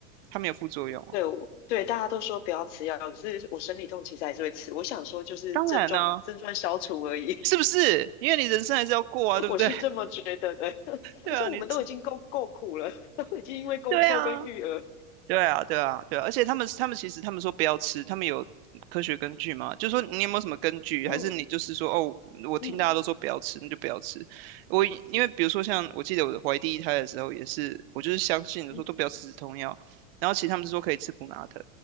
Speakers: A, on the right; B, on the left.
A: 它没有副作用啊。
B: 对，对，大家都说不要吃药，可是我生理痛其实还是会吃。我想说，就是症状症状消除而已，
A: 当然呢、是不是？因为你人生还是要过啊，
B: <laughs>
A: 对不对？
B: 我是这么觉得的。
A: <laughs>
B: <laughs>
A: 对啊，
B: 而且我们都已经够够苦了，
A: 你吃
B: <laughs> 都已经因为工作跟育儿，
A: 对啊。对啊，对啊，对啊，而且他们他们其实他们说不要吃，他们有科学根据吗？就说你有没有什么根据，
B: 嗯
A: 还是你就是说哦，我听大家都说不要吃，
B: 嗯
A: 那就不要吃。我因为比如说像我记得我怀第一胎的时候也是，我就是相信我说都不要吃止痛药，
B: 嗯，
A: 然后其实他们是说可以吃普拿疼，